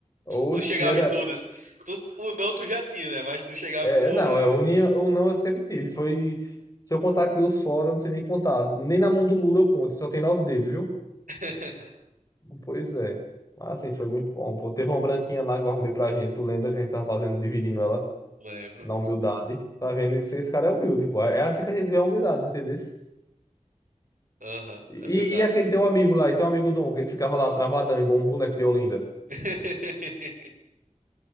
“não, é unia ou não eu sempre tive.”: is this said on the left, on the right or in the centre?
Left